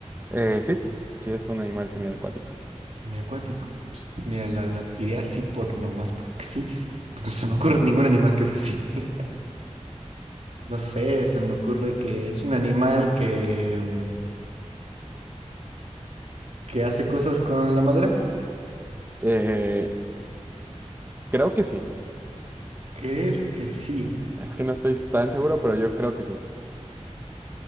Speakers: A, on the right; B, on the right.
A: Eh, sí, sí es un animal semiacuático. <laughs>
B: Semiacuático. Ps, mira, la, la tiré así por nomás porque sí. pues, No se me ocurre ningún animal que sea así. <laughs> No sé, se me ocurre que es un animal que, mm, que hace cosas con la madera.
A: Eh, creo que sí.
B: ¿Crees que sí?
A: Es que no estoy tan seguro, pero yo creo que sí.